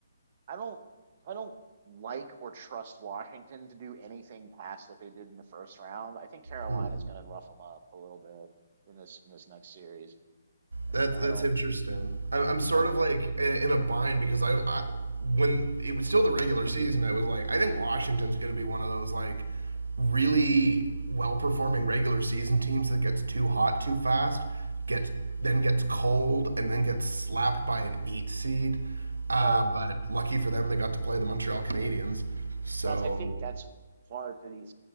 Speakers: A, on the right; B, on the right.
A: I don't. I don't like or trust Washington to do anything past what they did in the first round. I think Carolina's
B: Hmm.
A: going to rough them up a little bit in this in this next series. I
B: That's
A: mean, I
B: that's
A: don't.
B: interesting. I'm, I'm sort
A: I th-
B: of like in a bind because I, I when it was still the regular season, I was like, I think Washington's going to be one of those like really well performing regular season teams that gets too hot too fast, gets then gets cold, and then gets slapped by an eight seed. Uh,
A: right.
B: but lucky for them, they got to play the Montreal Canadiens. So
A: But I think that's part of the